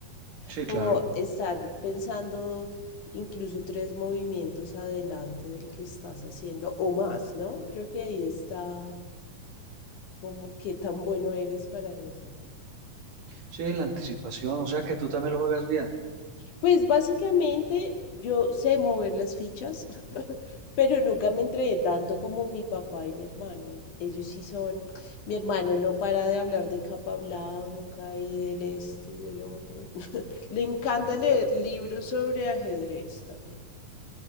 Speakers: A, on the right; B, on the left.
A: Sí,
B: Como
A: claro.
B: estar pensando incluso tres movimientos adelante del que estás haciendo o más, ¿no? Creo que ahí está como qué tan bueno eres para eso.
A: Sí, la anticipación, o sea que tú también lo juegas bien.
B: Pues básicamente yo sé mover las fichas, <laughs> pero nunca me entregué tanto como mi papá y mi hermano. Ell- Ellos sí son, mi hermano no para de hablar de Capablanca y del este y del otro. <laughs> Le encanta
A: Ujú.
B: leer libros sobre ajedrez también.